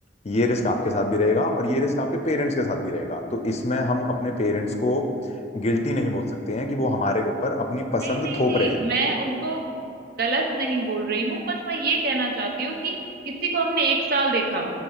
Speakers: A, on the left; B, on the right.
A: ये रिस्क आपके साथ भी रहेगा और ये रिस्क आपके पेरेंट्स के साथ भी रहेगा तो इसमें हम अपने पेरेंट्स को गिल्टी नहीं बोल सकते हैं कि वो हमारे ऊपर अपनी पसंद
B: नहीं नहीं
A: थोप
B: नहीं
A: रहे हैं
B: मैं उनको गलत नहीं बोल रही हूँ बस मैं ये कहना चाहती हूँ कि किसी को हमने एक साल देखा